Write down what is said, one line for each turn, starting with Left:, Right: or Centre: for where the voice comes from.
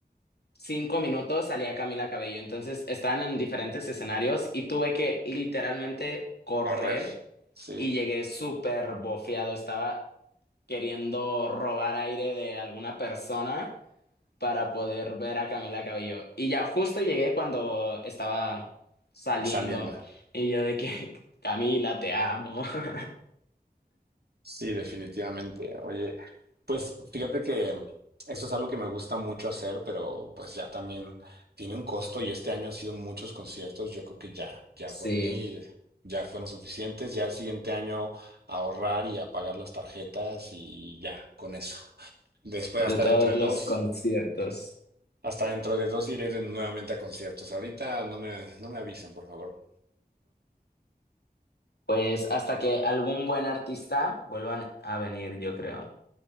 Left: cinco minutos salía Camila Cabello, entonces estaban en diferentes escenarios y tuve que literalmente correr
Right: Correr. Sí.
Left: y llegué súper bofeado, estaba queriendo robar aire de alguna persona para poder ver a Camila Cabello. Y ya justo llegué cuando estaba saliendo
Right: Saliendo.
Left: y yo de que <laughs> Camila, te amo. <laughs>
Right: Sí, definitivamente. Oye, pues fíjate que eso es algo que me gusta mucho hacer, pero pues ya también tiene un costo y este año han sido muchos conciertos. Yo creo que ya, ya
Left: Sí,
Right: por mí ya fueron suficientes. Ya el siguiente año ahorrar y apagar las tarjetas y ya, con eso. Después
Left: de
Right: hasta
Left: todos
Right: dentro de
Left: los
Right: dos,
Left: conciertos.
Right: hasta dentro de dos iré de- nuevamente a conciertos. Ahorita no me, no me avisen, por favor.
Left: Pues hasta que algún buen artista vuelvan a venir, yo creo.